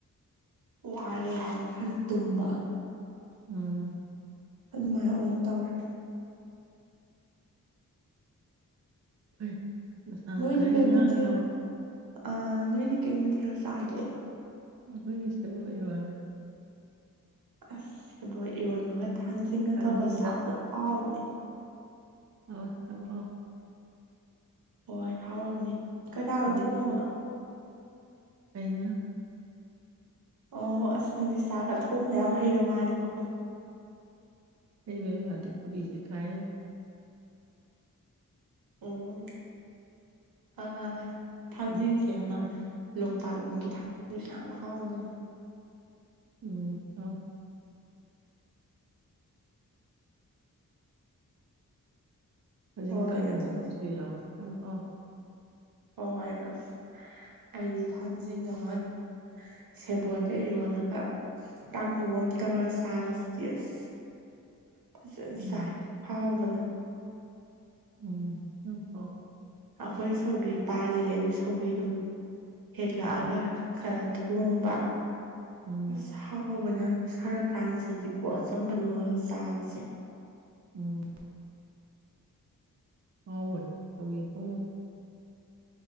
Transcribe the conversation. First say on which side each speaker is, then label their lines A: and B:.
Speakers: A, on the right; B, on the right.
A: ꯋꯥꯔꯦ ꯍꯔꯀꯥꯟꯗ ꯇꯨꯝꯕ
B: ꯎꯝ
A: ꯑꯗꯨꯃꯥꯏꯅ ꯑꯣꯏꯅ ꯇꯧꯔꯦ
B: ꯐꯩ ꯅꯁꯥꯒ
A: ꯅꯣꯏꯗꯤ
B: ꯈꯔ
A: ꯀꯩ ꯃꯊꯦꯜ
B: ꯌꯥꯡꯅꯕ
A: ꯑ ꯅꯣꯏꯗꯤ ꯀꯩ ꯃꯊꯦꯜ ꯆꯒꯦ
B: ꯑꯩꯈꯣꯏꯗ ꯁ‌ꯦꯕꫭꯠ ꯏꯔꫭꯟꯂ‌ꯦ
A: ꯑꯁ ꯁꯦꯕꯣ ꯏꯔꯣꯟꯕꯒ ꯊꯥꯡꯖꯤꯡꯒ
B: ꯊꯥꯡꯖꯤꯡꯒ
A: ꯇꯧꯔꯒ ꯆꯥꯕꯗꯣ ꯍꯥꯎꯕꯅꯦ
B: ꯍꯕ <unintelligible>
A: ꯍꯣꯏ ꯍꯥꯎꯔꯝꯅꯤ ꯀꯅꯒ
B: ꯈꯖꯤꯡ
A: ꯊꯣꯡꯕꯅꯣ
B: ꯑꯩꯅ
A: ꯑꯣ ꯑꯁ ꯅꯪꯒ ꯆꯥꯒ ꯊꯣꯡ ꯃꯌꯥꯝ ꯍꯩꯔ ꯃꯥꯂꯦꯀꯣ
B: ꯍꯩꯕꯥ ꯋꯗꯤ ꯈꯨꯨꯗꯤ ꯀꯥꯏꯔꯤꯃꯤ
A: ꯎꯝ -ꯑ ꯊꯥꯡꯖꯤꯡꯁꯦ
B: ꯎꯝ
A: ꯑꯃ ꯂꯣꯛꯇꯥꯛ ꯂꯣꯝꯒꯤ ꯊꯥꯡ ꯁ ꯌꯥꯝ ꯍꯥꯎꯕꯅꯦ
B: ꯎꯝ ꯍꯥꯎꯏ ꯀꯖꯤꯡ
A: ꯍꯣꯏ
B: ꯀꯥꯡꯉꯨꯎꯑꯃꯁꯨ
A: ꯑꯗꯨꯅꯤ
B: ꯌꯥꯎꯑ‌ꯦ ꯌꯥꯝ ꯍꯥꯎ
A: ꯍꯣꯏ ꯑꯁ ꯑꯩꯗꯤ ꯊꯥꯡꯖꯤꯡ ꯑꯃ ꯁꯦꯕꯣꯇꯀ ꯏꯔꯣꯜꯂꯒ ꯇꯥꯡꯍꯧ ꯑꯃ ꯇꯧꯔ ꯆꯥꯕꯁꯤꯗ ꯑꯁ
B: <inaudible>
A: ꯐꯖꯅ
B: ꯎꯝ
A: ꯆꯥꯏ ꯍꯥꯎꯕꯅ
B: ꯎꯝ ꯌꯥꯝ ꯍꯥꯎꯏ
A: ꯑꯩꯈꯣꯏ ꯁꯧꯒꯤꯔꯤ ꯄꯥꯜꯂꯤ ꯑꯗꯨ ꯁꯧꯒꯤꯔꯤꯗꯥ ꯍꯦꯛꯂꯛꯑꯒ
B: ꯎꯝ
A: ꯈꯔ ꯊꯣꯡꯕ
B: ꯎꯝ
A: ꯑꯁ ꯍꯥꯎꯕꯅ ꯁꯥꯔꯀꯥꯟꯁꯤꯗꯗꯤꯀꯣ ꯑꯆꯝꯕꯗꯨꯃꯒ ꯆꯥꯕꯁꯦ
B: ꯎꯝ ꯊꯥꯎꯕꯅ‌ꯦ ꯁꯧꯒꯔꯤꯁꯨ